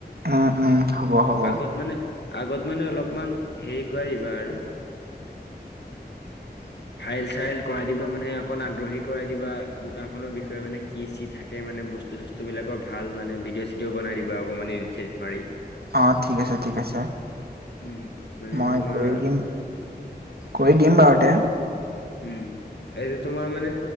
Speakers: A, on the right (about 65°); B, on the left (about 80°).
A: উম, উম, হ'ব হ'ব
B: আগত মানে আগত মানে অলপমান হেৰি কৰা দিবা আৰু।
A: <inaudible>
B: ভাইল চাইল কৰাই দিবা মানে অকণ আগ্ৰহী কৰাই দিবা দোকানখনৰ বিষয়ে মানে কি থে মানে বস্তু বিলাকৰ ভাল মানে ভিডিঅ চি ও বনাই দিবা অকমানৰি চৰিত মাৰি
A: অ', ঠিক আছে ঠিক আছে
B: উম। মানে
A: মই
B: তোমাৰ
A: কৰি দিম কৰি দিম বাৰু তে।
B: উম, এইটো তোমাৰ মানে-